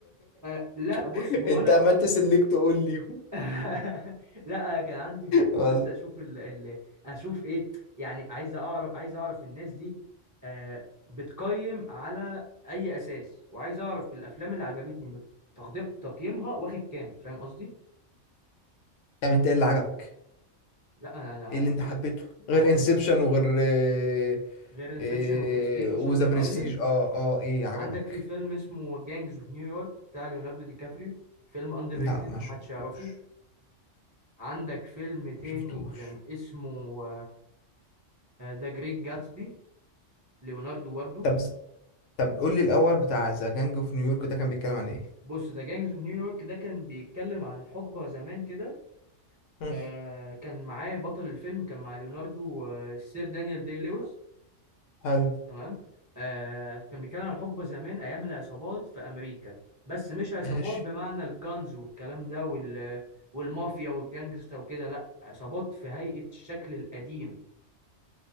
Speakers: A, on the right (about 25°); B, on the left (about 75°).
A: آه لا بص
B: <laughs>
A: هو
B: انت
A: انا
B: عملت سيلكت اول ليهم
A: <laughs> لا أنا كان عندي فضول
B: وال-
A: بس اشوف ال... ال... اشوف ايه يعني عايز اعرف عايز اعرف الناس دي آه بتقيم على اي اساس وعايز اعرف الافلام اللي عجبتني مت- تقديم تقييمها واخد كام فاهم قصدي
B: طب انت ايه اللي عجبك؟
A: لا انا انا
B: ايه اللي
A: لو
B: انت
A: كل...
B: حبيته؟ غير
A: هقول
B: انسبشن
A: لك
B: وغير آه،
A: غير انسبشن
B: آه،
A: وبرستيج وشاتر
B: وذا برستيج
A: ايلاند
B: اه اه ايه عجبك؟
A: عندك في فيلم اسمه جانجز اوف نيويورك بتاع ليوناردو دي كابريو فيلم اندر
B: لا
A: ريتد
B: ما
A: محدش
B: شفتوش
A: يعرفه عندك فيلم تاني
B: ما شفتوش
A: كان اسمه ذا جريت جاتسبي ليوناردو واردو
B: طب طب قول لي الاول بتاع ذا جانج اوف نيويورك ده كان بيتكلم عن ايه؟
A: بص ذا جانجز اوف نيويورك ده كان بيتكلم عن حقبة زمان كده
B: مم،
A: آه كان معاه بطل الفيلم كان مع ليوناردو آه السير دانيال دي لويس
B: حلو
A: تمام آه كان بيتكلم عن حقبة زمان أيام العصابات في أمريكا بس مش عصابات
B: ماشي
A: بمعنى الجانز والكلام ده وال والمافيا والجانجستا وكده لا عصابات في هيئة الشكل القديم